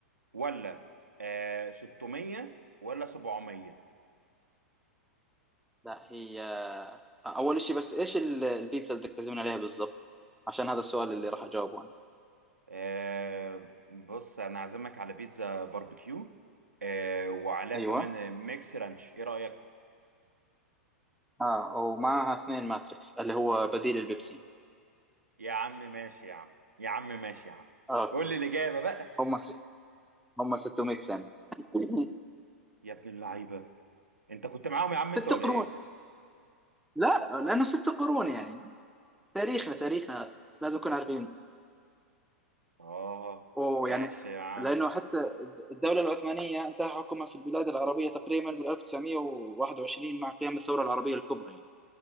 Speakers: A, on the right; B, in the centre.
A: ولا آه 600 ولا 700
B: لا هي آه، أول شيء بس إيش ال- البيتزا اللي بدك تعزمني عليها بالضبط عشان هذا السؤال اللي راح أجاوبه أنا
A: آه بص انا عازمك على بيتزا باربيكيو آه وعليها
B: أيوه
A: كمان آه، ميكس رانش ايه رأيك
B: آه ومعها اثنين ماتريكس اللي هو بديل البيبسين
A: يا عم ماشي يا عم يا عم ماشي يا عم
B: أوكي
A: قول لي الإجابة بقى
B: هم س... هم 600 سنة <laughs>
A: يا ابن اللعيبة انت كنت معاهم يا عم انت
B: ست
A: ولا
B: قرون
A: ايه
B: لا لأنه ست قرون يعني تاريخنا تاريخنا لازم نكون عارفين
A: اه
B: ويعني
A: ماشي يا عم
B: لأنه حتى الدولة العثمانية انتهى حكمها في البلاد العربية تقريبا بال 1921 مع قيام الثورة العربية الكبرى يعني